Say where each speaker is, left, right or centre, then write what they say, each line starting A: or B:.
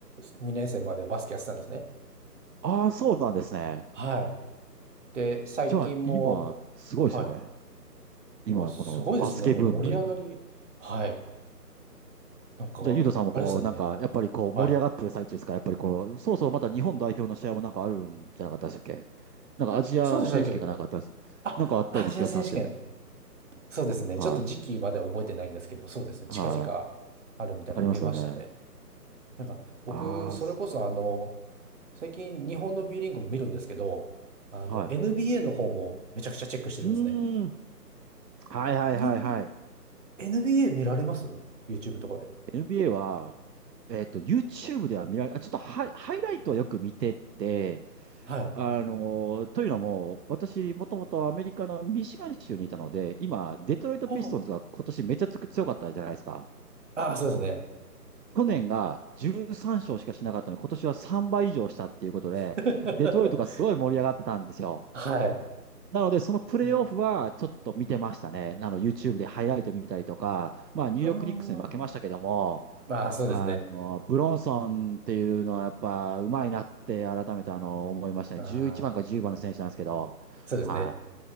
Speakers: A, on the right; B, on the right.
A: 2年生まではバスケやってたんですね。
B: あ、そうなんですね。
A: はい。で、最近も、
B: じゃあ、今、すごいですよね。
A: はい。今、
B: 今、
A: すごいですね。
B: このバスケブームというか。
A: もう盛り上がり。はい。なんか、
B: じゃあ、ゆうとさんもこう、
A: あれですよね。
B: なんか、やっぱりこう、盛り上がってる最中ですかやっぱりこの、
A: はい。
B: そろそろまた日本代表の試合もなんかあるんじゃなかったでしたっけなんかアジア選手権がなんかあったんです。
A: あれそうでしたっけあ、
B: なんかあったような気がしたんですけど。
A: アジア選手権。そうですね。
B: は
A: ちょっと時期までは覚えてないんですけど、そうですね。近々あるみたいなの見ましたね。
B: い。はい。ありますよね。
A: なんか、僕、
B: ああ、
A: それこそあの、
B: す
A: 最近日本の B リーグも見るんですけど、あの
B: はい。
A: NBA の方もめちゃくちゃチェックしてるんですね。
B: うーん。はいはいはいはい。
A: NB、NBA 見られます ?YouTube とかで。
B: NBA は、えっと、YouTube では見られ、あ、ちょっとハイ、ハイライトはよく見てて、
A: はい。
B: あのーというのも、私、もともとアメリカのミシガン州にいたので、今、デトロイト・
A: は
B: ピストンズが今年めちゃつく強かったじゃないですか。
A: あ、ああ、そうですね。
B: 去年が13勝しかしなかったのに、今年は3倍以上したっていうことで、
A: <laughs>
B: デトロイトがすごい盛り上がってたんですよ。
A: はい。
B: なので、そのプレーオフはちょっと見てましたね。
A: う
B: あの、YouTube でハイライト見たりとか、まあ、ニューヨークニックスに負けましたけども、
A: ん。ああ、そうですね。
B: あの、ブロンソンっていうのはやっぱ上手いなって改めてあの、思いましたね。
A: ああ、
B: 11番か10番の選手なんですけど、
A: そうですね。
B: は